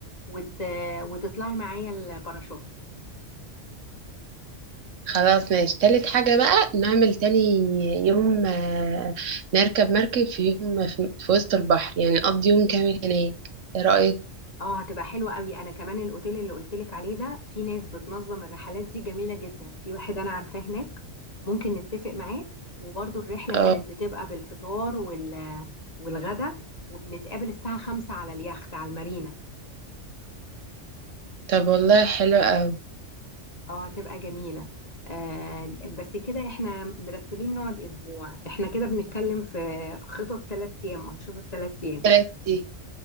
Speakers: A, on the left; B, on the right.
A: وت... وتطلعي معايا الباراشوت
B: خلاص ماشي تالت حاجة بقى نعمل تاني يوم آه، نركب مركب في يوم في في وسط البحر يعني نقضي يوم كامل هناك ايه رأيك؟
A: اه هتبقى حلوة قوي انا كمان الاوتيل اللي قلتلك عليه ده في ناس بتنظم الرحلات دي جميلة جدا في واحد انا عارفاه هناك ممكن نتفق معاه وبرضو الرحلة
B: اه
A: كانت بتبقى بالفطار وال والغدا وبنتقابل الساعة خمسة على اليخت على المارينا
B: طب والله حلو أوي
A: اه هتبقى جميلة آه بس كده احنا مرتبين نقعد اسبوع احنا كده بنتكلم في خطط ثلاث ايام انشطة ثلاث ايام
B: تلات أيام